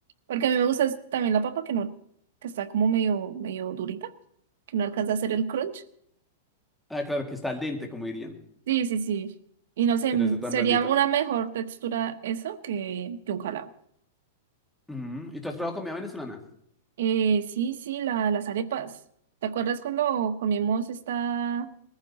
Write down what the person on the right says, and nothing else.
porque a mí me gusta es también la papa que no, que está como medio, medio durita, que no alcanza a hacer el crunch.
Sí, sí, sí. Y no sé,
m-
sería
una mejor textura eso que, que un jalado.
Eh, sí, sí, la, las arepas. ¿Te acuerdas cuando comimos esta,